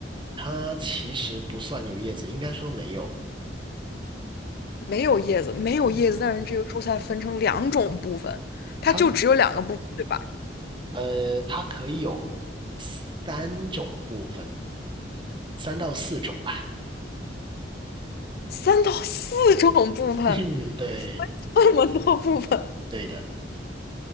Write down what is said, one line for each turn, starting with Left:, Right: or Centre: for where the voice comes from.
Right: 它其实不算有叶子，应该说没有。
Left: 没有叶子，没有叶子，
Right: 嗯，
Left: 但是这个蔬菜分成两种部分，它就只有两个部分，
Right: 它
Left: 对吧？
Right: 呃，它可以有三种部分，三到四种吧。
Left: 三到四种部分，
Right: 嗯，对，
Left: 分这么多部分，
Right: 对的，